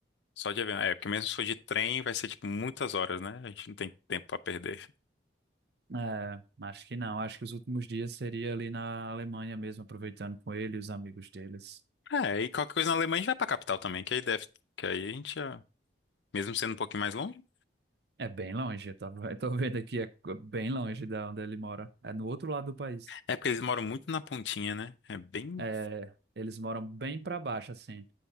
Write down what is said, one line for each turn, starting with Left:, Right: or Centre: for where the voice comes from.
Left: só de avião, é, porque mesmo se for de trem vai ser tipo muitas horas, né? A gente não tem tempo pra perder.
Right: É, acho que não. Acho que os últimos dias seria ali na Alemanha mesmo, aproveitando com ele e os amigos deles.
Left: É, e qualquer coisa na Alemanha a gente vai pra capital também, que aí deve, que aí a gente já, mesmo sendo um pouquinho mais longe,
Right: É bem longe, eu tava, <laughs> eu tô vendo aqui, é bem longe da onde ele mora. É no outro lado do país.
Left: é porque eles moram muito na pontinha, né? É bem,
Right: É, eles moram bem para baixo, assim.